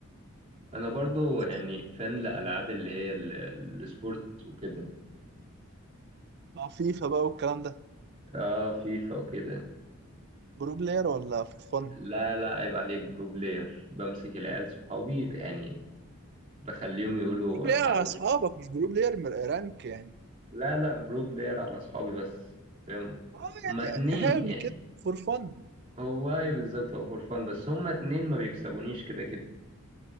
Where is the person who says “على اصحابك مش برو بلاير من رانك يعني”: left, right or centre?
Right